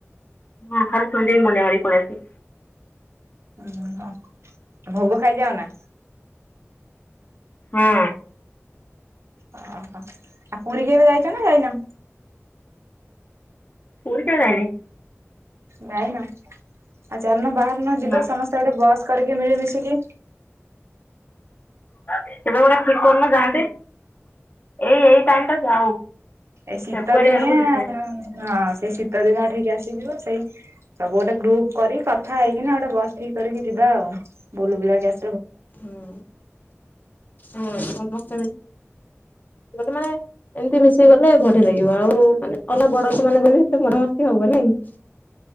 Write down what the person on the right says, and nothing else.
ଓ ହୋ ଭୋଗ ଖାଇ ଯାଓ ନା?
ଓହୋ ଆଉ ପୁରୀ କେବେ ଯାଇଛ ନା ଯାଇନ?
ଯାଇନ, ଆଉ ଚାଲୁନ ବାହାରୁନ ଯିବା
ସମସ୍ତେ ଗୋଟେ ବସ୍ କରିକି ମିଳି ମିିଶିକି।
ଏ ଶୀତ
ଦିନିଆ
ହଁ ସେଇ ଶୀତ
ଦିନିଆ ଠିକି ଆସିଯିବ ସବୁ ଗୋଟେ ଗ୍ରୁପ କରି କଥା ହେଇକିନା ଗୋଟେ ବସ୍ ଠିକ କରିକି ଯିବା ଆଉ ବୁଲ ବୁଲା କି ଆସ